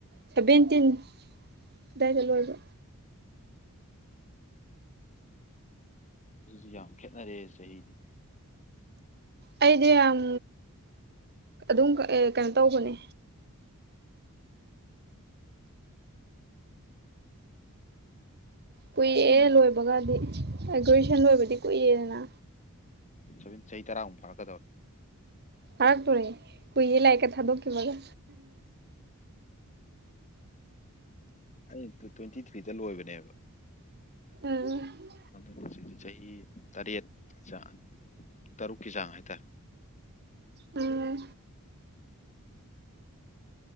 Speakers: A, on the right (about 50°); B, on the left (about 35°).
A: ꯁꯕꯦꯟꯇꯤꯟ ꯑꯗꯥꯏꯗ ꯂꯣꯏꯕ
B: <unintelligible> ꯁꯨ ꯌꯥꯝ ꯈꯦꯠꯅꯔꯦ ꯆꯍꯤꯗꯤ
A: ꯑꯩꯗꯤ ꯌꯥꯝ ꯑꯗꯨꯝ ꯑ ꯀꯩꯅꯣ ꯇꯧꯕꯅꯦ ꯀꯨꯏꯑꯦ
B: ꯑꯩꯅ
A: ꯂꯣꯏꯕꯒꯗꯤ ꯑ ꯒ꯭ꯔ‌ꯦꯖꯨꯑꯦꯁꯟ ꯂꯣꯏꯕꯗꯤ ꯀꯨꯏꯔ‌ꯦꯗꯅ
B: ꯑ ꯆꯍꯤ ꯇꯔꯥꯃꯨꯛ ꯐꯥꯔꯛꯀꯗ‌ꯣꯔ
A: ꯐꯔꯛꯇꯣꯔꯦ ꯀꯨꯏꯌꯦ ꯂꯥꯏꯔꯤꯛꯀ ꯊꯥꯗꯣꯛꯈꯤꯕꯒ
B: ꯑꯩ ꯇꯨ ꯇ꯭ꯋꯦꯟꯇꯤ ꯊ꯭ꯔꯤꯗ ꯂꯣꯏꯕꯅꯦꯕ
A: ꯎꯝ
B: ꯑꯗꯨꯅ‌ꯦ ꯍꯧꯖꯤꯛꯁꯤ ꯆꯍꯤ ꯇꯔꯦꯠ ꯆꯥꯡ ꯇꯔꯨꯛꯀꯤ ꯆꯥꯡ ꯍꯥꯏꯇꯥꯔꯦ
A: ꯎꯝ